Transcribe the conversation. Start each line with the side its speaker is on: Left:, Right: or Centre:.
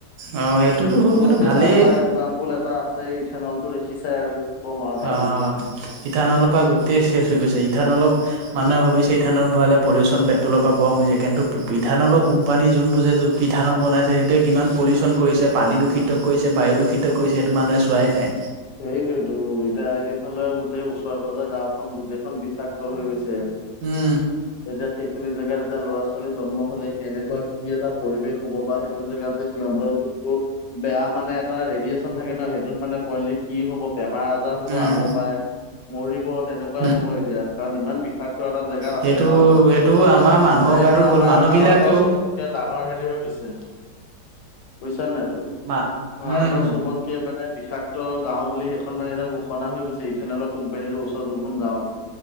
Right: অ সেইটোতো হয়
Left: চবতকে
Right: কিন্তু ভালেই
Left: ডাঙৰ একজাম্পল এটা আছে ইথেনলটো দেখি চাই আৰু কি ক'ম আৰু তাৰ
Right: অ
Left: বিষয়ে।
Right: ইথানলৰপ পৰা গোটেই শেষ হৈ গৈছে ই ইথানলক মানুহে ভাবিছে ইথানত ভৰালে পলিউশচন পেট্ৰলৰ পৰা কম হৈছে কিন্তু ইথানলৰ কোম্পানী যোনটো যে পিঠাডল বনাইছে সেইটোৱে কিমান পলিউশন কৰিছে পানী দূষিত কৰিছে বায়ু দূষিত কৰিছে সেইটো মানুহে চোৱাই নাই।
Left: সেইটোয়েতটো এতিয়া এইফালে গোটেই ওচৰে পাজৰে গাওখন গোটেইখন বিষাক্ত হৈ গৈছে।
Right: উম,
Left: এতিয়া সেইখিনি জেগাত এতিয়া ল'ৰা ছোৱালী জন্ম হলে কেনেকুৱা কি এটা পৰিৱেশ হব বা সেইটো জেগাত যে সিহঁতৰ যিটো বেয়া মানে এটা ৰেডিয়েচন থাকে ন সেইটোত মানে পোৱালি কি হ'ব বেমাৰ আজাৰ হ'ব
Right: উম,
Left: আগৰ পাই মৰিব তেনেকুৱাই
Right: উম।
Left: হ'ব এতিয়া কাৰণ ইমান বিষাক টো এটা জেগাত আছে
Right: সেইটো
Left: ন
Right: এইটো আমাৰ মানুহৰ
Left: এতিয়া সেইখন
Right: গাতো ভুল
Left: আমাৰ
Right: মানুহ
Left: ভাৰতৰ
Right: বিলাকেও
Left: চবতকে ডাঙৰ হেৰি হৈ গৈছে বুজিছা নাই তুমা
Right: মা
Left: ভাৰতৰ
Right: উম।
Left: চবতকে মানে বিষাক্ত গাওঁ বুলি সেইখন মানে এতিয়া ঘোষণা হৈ গৈছে ইথেনেলকোম্পানী চৰত যোনখন গাও আছে